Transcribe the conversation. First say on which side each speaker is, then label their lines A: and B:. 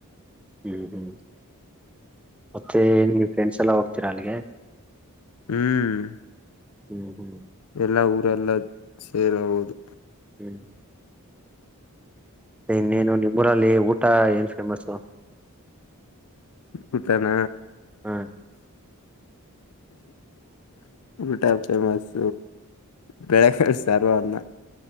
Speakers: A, in the centre; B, on the left.
A: ಹ್ಮ್ ಹ್ಮ್ ಮತ್ತೆ ಫ್ರೆಂಡ್ಸ್ ಎಲ್ಲ ಹೋಗ್ತೀರಾ ಅಲ್ಲಿಗೆ.
B: ಹ್ಮು
A: ಹ್ಮ್ ಹ್ಮ್
B: ಎಲ್ಲ ಊರೆಲ್ಲ ಸೇರ ಹೌದು.
A: ಹ್ಮ್ ಇನ್ನೇನು ನಿಮ್ಮೂರಲ್ಲಿ ಊಟ ಏನ್ ಫೇಮಸು.
B: ಬತಾನ
A: ಹ್ಮ್.
B: ಊಟ ಫೇಮಸ್ ಬೆಲೆ ಸಾರು ಅಣ್ಣ